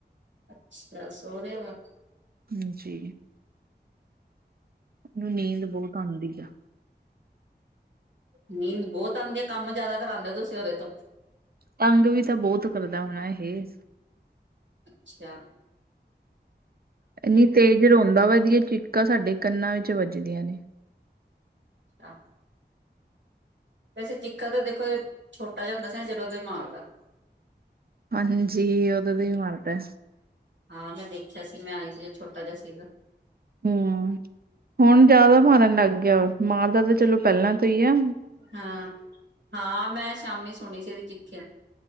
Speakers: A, on the right; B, on the right.
A: ਅੱਛਾ ਸੋ ਰਿਆ ਵਾ।
B: ਹਾਂਜੀ। ਓਨੂੰ ਨੀਂਦ ਬਹੁਤ ਆਂਦੀ ਐ।
A: ਨੀਂਦ ਬੋਤ ਆਂਦੀ ਆ ਕੰਮ ਜ਼ਿਆਦਾ ਕਰਾਂਦੇ ਓ ਤੁਸੀਂ ਓਦੇ ਤੋਂ।
B: ਤੰਗ ਵੀ ਤਾਂ ਬਹੁਤ ਕਰਦਾ ਹੋਨਾ ਇਹ।
A: ਅੱਛਿਆ।
B: ਐਨੀ ਤੇਜ਼ ਤੇ ਰੋਂਦਾ ਵਾ ਏਦੀਆਂ ਚਿੱਕਾਂ ਸਾਡੇ ਕੰਨਾਂ ਵਿੱਚ ਵੱਜਦੀਆਂ ਨੇ।
A: ਅੱਛਾ। ਵੈਸੇ ਚਿੱਕਾ ਤਾਂ ਦੇਖੋ, ਏ ਛੋਟਾ ਜਾ ਹੁੰਦਾ ਸੀ ਜਦੋਂ ਤੋਂ ਈ ਮਾਰਦਾ।
B: ਹਾਂਜੀ ਓਦੋਂ ਤੋਂ ਈ ਮਾਰਦਾ।
A: ਹਾਂ, ਮੈਂ ਦੇਖਿਆ ਸੀ। ਮੈਂ ਆਈ ਸੀ, ਜਦੋਂ ਛੋਟਾ ਜਾ ਸੀਗਾ।
B: ਹੂੰ, ਹੁਨ ਜ਼ਿਆਦਾ ਮਾਰਨ ਲੱਗ ਗਿਆ, ਮਾਰਦਾ ਤਾਂ ਚਲੋ ਪਹਿਲਾਂ ਤੋਂ ਈ ਐ।
A: ਹਾਂ ਹਾਂ, ਮੈਂ ਸ਼ਾਮੀ ਸੁਣੀ ਸੀ ਏਦੀ ਚਿੱਕਿਆ।